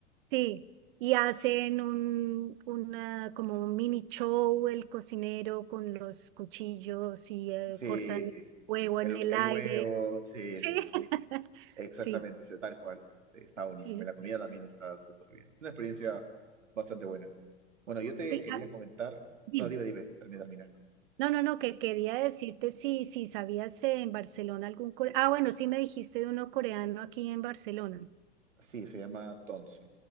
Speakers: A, on the right; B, on the right.
A: Sí, y hacen un, una, como un mini show el cocinero con los cuchillos y eh,
B: Sí,
A: cortan el
B: sí, sí.
A: huevo
B: El,
A: en el
B: el
A: aire.
B: huevo, sí,
A: <laughs>
B: sí, sí. Exactamente,
A: Sí, sí.
B: sí, tal cual. Sí, está buenísimo.
A: Sí,
B: Y la comida
A: sí. Sí,
B: también está súper bien. Es una experiencia bastante buena. Bueno, yo te
A: Sí,
B: quería
A: ah,
B: comentar.
A: dime.
B: No, dime, dime, termina, termina.
A: No, no, no, que quería decirte si, si sabías en Barcelona algún coreano. Ah, bueno, sí me dijiste de uno coreano aquí en Barcelona.
B: Sí, se llama Tonso.